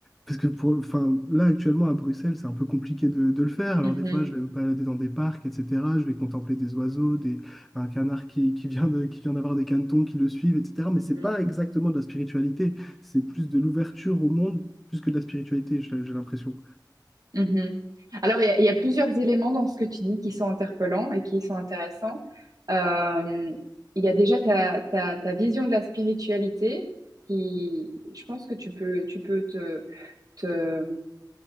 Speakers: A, in the centre; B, on the right.
A: parce que pour, enfin, là, actuellement, à Bruxelles, c'est un peu compliqué de, de le faire. Alors,
B: mhm,
A: des fois, je vais me balader dans des parcs, etc. Je vais contempler des oiseaux, des, un canard qui, qui vient de, qui vient d'avoir des canetons qui le suivent, etc. Mais
B: mhm,
A: c'est pas exactement de la spiritualité. C'est plus de l'ouverture au monde plus que de la spiritualité, j'ai j'ai l'impression.
B: mhm. Alors, il y, a il y a plusieurs éléments dans ce que tu dis qui sont interpellants et qui sont intéressants. Euh, il y a déjà ta, ta, ta vision de la spiritualité qui, je pense que tu peux, tu peux te, te-